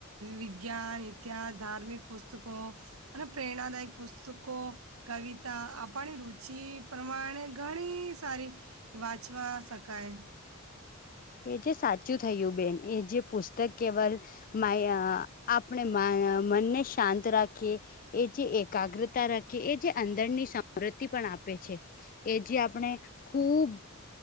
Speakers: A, on the right; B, on the left.
A: વિજ્ઞાન, ઇતિહાસ, ધાર્મિક, પુસ્તકો અને, પ્રેરણાદાયક પુસ્તકો. કવિતા આપણી રુચિ પ્રમાણે ઘણી સારી. વાંચવા શકાય.
B: એ જે સાચું થયું બેન એ જે પુસ્તક કેવાલ. માયા આપણે મનને શાંત રાખીએ. એ જે એકાગ્રતા રાખે એ જે અંદરની સમૃતિ પણ આપે છે. કે જે આપણે ખૂબ